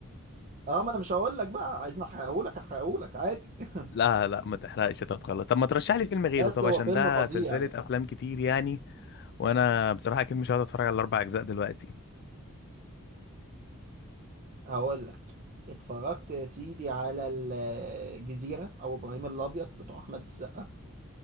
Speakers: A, on the right (about 40°); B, on the left (about 50°).
A: اه ما أنا مش هقول لك بقى عايزني أحرقهولك أحرقهولك عادي
B: <laughs>
A: <laughs>
B: لا لا ما تحرقش طب خلاص طب ما ترشح لي فيلم غيره
A: بس
B: طب
A: هو
B: عشان
A: فيلم
B: ده
A: فظيع
B: سلسلة
A: يعني
B: افلام كتير يعني وانا بصراحة اكيد مش هقعد اتفرج على الاربع اجزاء دلوقتي
A: هقول لك اتفرجت يا سيدي على الجزيرة أو إبراهيم الأبيض بتوع أحمد السقا